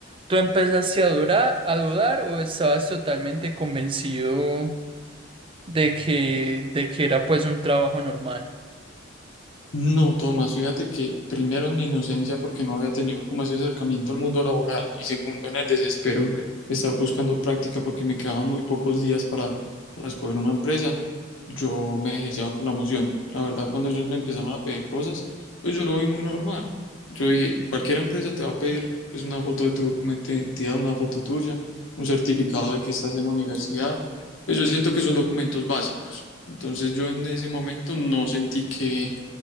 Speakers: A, on the right; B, on the left.
A: ¿tú empezaste a dudar, a dudar o estabas totalmente convencido de que, de que era pues un trabajo normal?
B: No, Tomás, fíjate que primero en mi inocencia porque no había tenido como ese acercamiento al mundo laboral y segundo en el desespero de estar buscando práctica porque me quedaban muy pocos días para, para escoger una empresa, yo me dejé llevar por la emoción. La verdad, cuando ellos me empezaron a pedir cosas, pues yo lo vi muy normal. Yo dije, cualquier empresa te va a pedir pues una foto de tu documento de identidad, una foto tuya, un certificado de que estás en la universidad. Pues yo siento que son documentos básicos. Entonces yo en ese momento no sentí que